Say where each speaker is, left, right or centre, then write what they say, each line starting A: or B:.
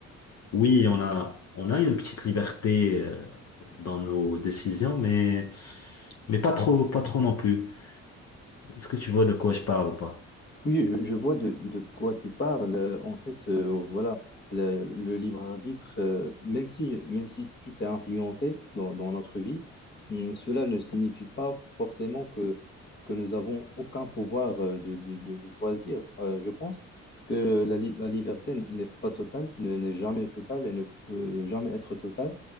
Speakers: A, on the left; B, on the left.
A: Oui, on a, on a une petite liberté euh, dans nos décisions, mais, mais pas trop, pas trop non plus. Est-ce que tu vois de quoi je parle ou pas?
B: Oui, je, je vois de, de quoi tu parles. Euh, En fait, euh, voilà, le, le libre arbitre, euh, même si, même si tout est influencé dans, dans notre vie, hum, cela ne signifie pas forcément que, que nous avons aucun pouvoir euh, de, de, de- de choisir. Euh, je pense que la, li- la liberté n'est pas totale, ne- n'est jamais totale et ne peut jamais être totale